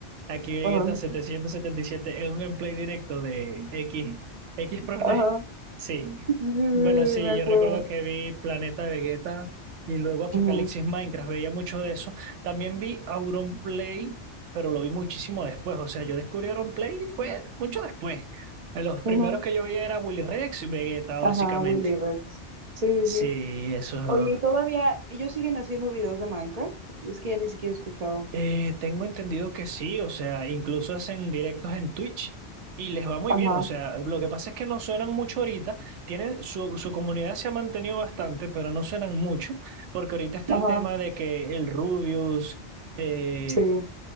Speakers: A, on the right (about 85°); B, on the right (about 50°).
A: Aquí Vegeta
B: Ajá,
A: 777 es un gameplay directo de X, X Prone.
B: ajá,
A: <laughs> Sí.
B: sí, sí, sí,
A: Bueno, sí,
B: sí, me acuerdo.
A: yo recuerdo que vi Planeta Vegeta y luego Apocalipsis
B: Ujú,
A: Minecraft, veía mucho de eso. También vi Auron Play, pero lo vi muchísimo después. O sea, yo descubrí Auron Play y fue mucho después. Los primeros
B: ujú,
A: que yo veía era Willy Rex y Vegeta, básicamente.
B: Ajá, Willy Rex. Sí,
A: Sí,
B: sí, sí.
A: esos
B: Oye,
A: dos.
B: y todavía ellos siguen haciendo videos de Minecraft. Y es que ya ni siquiera he escuchado.
A: Eh, tengo entendido que sí, o sea, incluso hacen directos en Twitch y les va muy
B: Ajá,
A: bien, o sea, lo que pasa es que no suenan mucho ahorita, tienen su, su comunidad se ha mantenido bastante, pero no suenan mucho, porque ahorita está
B: ajá,
A: el tema de que el Rubius, eh,
B: sí.